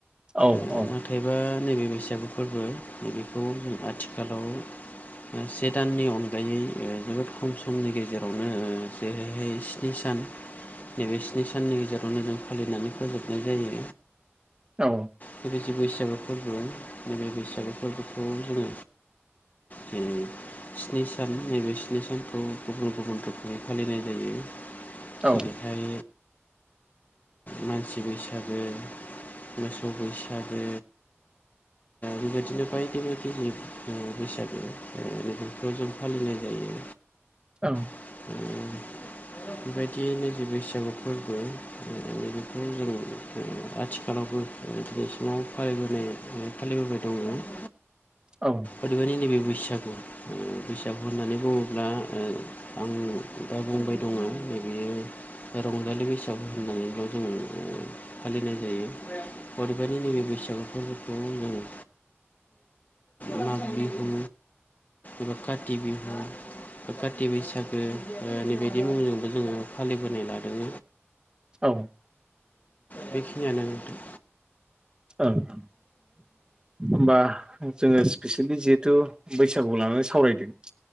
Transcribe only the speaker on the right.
औ
औ
औ
औ
औ
औ
औ
औ औ होमबा जोङो स्पेसियेलि जिहेथु बैसागुखौ लानानै सावरायदों।